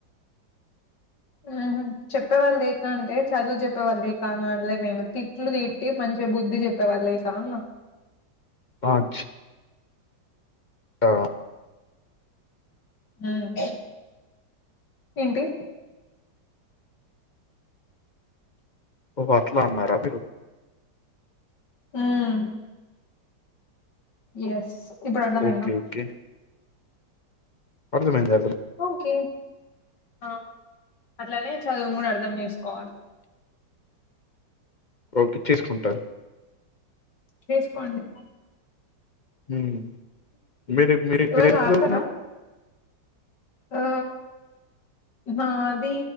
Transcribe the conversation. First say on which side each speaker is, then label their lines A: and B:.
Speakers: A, on the left; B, on the left.
A: మ్మ్ ఉమ్మ్ చెప్పేవాళ్ళు లేక అంటే చదువు చెప్పేవాళ్ళు లేకా అని అన్లే నేను తిట్లు తిట్టి మం చిగ బుద్ధి చెప్పేవాళ్ళు లేక అన్న
B: అచ్ ఆ
A: ఉమ్మ్ ఏంటి
B: ఓహో అట్లా అన్నారా మీరు
A: హ్మ్ ఎస్ ఇప్పుడు అర్థమైందా
B: ఓకే ఓకే అర్థం అయిందా
A: ఓకే ఆ అట్లానే చదువును కూడా అర్థం చేేసుకోవాలి
B: ఓకే తీసుకుంటా
A: తీసుకోండి
B: హ్మ్ మీ మీరు
A: ఇవాళ
B: మేరెంచదువుకునార్
A: ఆడతారా ఆ నాది